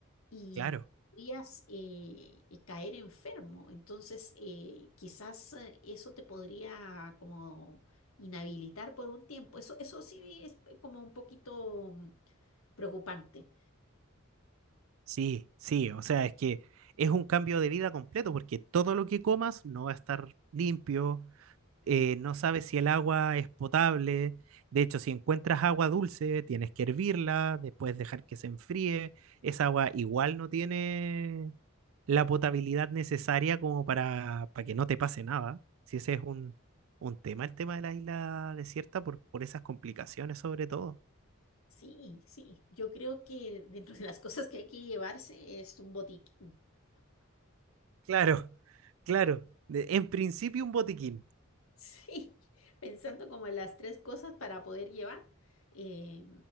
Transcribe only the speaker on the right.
Claro.
Sí, sí, o sea, es que es un cambio de vida completo, porque todo lo que comas no va a estar limpio, eh, no sabes si el agua es potable. De hecho, si encuentras agua dulce, tienes que hervirla, después dejar que se enfríe. Esa agua igual no tiene la potabilidad necesaria como para, para que no te pase nada. Si ese es un, un tema, el tema de la isla desierta, por, por esas complicaciones sobre todo.
Claro, claro. De- En principio un botiquín.